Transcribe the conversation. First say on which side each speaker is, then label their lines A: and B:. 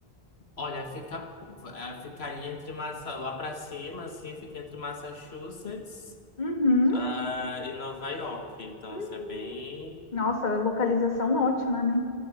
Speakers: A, on the left; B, on the left.
A: Olha, fica, eh, ficaria entre Massa, lá pra cima, assim, fica entre Massachusetts,
B: Uhum.
A: ah, e Nova York. Então,
B: Hum.
A: isso é bem.
B: Nossa, localização ótima, né?